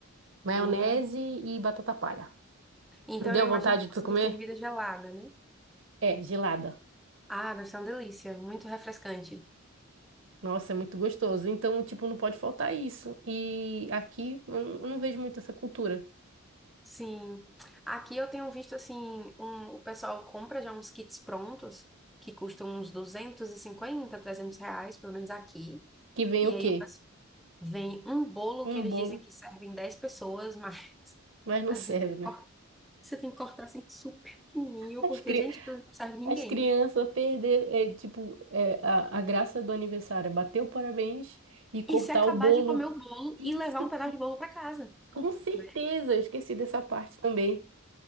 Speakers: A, on the right; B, in the centre.
A: Maionese
B: Hum.
A: e batata palha.
B: Então
A: Não deu
B: eu imagino
A: vontade
B: que
A: de
B: ela
A: tu
B: seja
A: comer?
B: servida gelada, né?
A: É, gelada.
B: Ah, deve ser uma delícia, muito refrescante.
A: Nossa, é muito gostoso. Então, tipo, não pode faltar isso. E aqui eu não eu não vejo muito essa cultura.
B: Sim. Aqui eu tenho visto assim, um- o pessoal compra já uns kits prontos que custam uns 250, 300 reais, pelo menos aqui.
A: Que vem
B: E
A: o
B: aí
A: quê?
B: o pessoal vem um bolo
A: Um
B: que eles
A: bolo,
B: dizem que serve em 10 pessoas, mas <laughs>
A: mas não
B: você
A: serve,
B: tem que
A: né?
B: cor- você tem que cortar assim super pequenininho,
A: As,
B: porque,
A: cri...
B: gente, aquilo não serve ninguém.
A: As crianças perderam, é, tipo, é, a, a graça do aniversário é bater o parabéns e cortar
B: E se acabar
A: o bolo.
B: de comer o bolo
A: Isso.
B: e levar um pedaço de bolo para casa,
A: Com certeza,
B: né?
A: eu esqueci dessa parte também.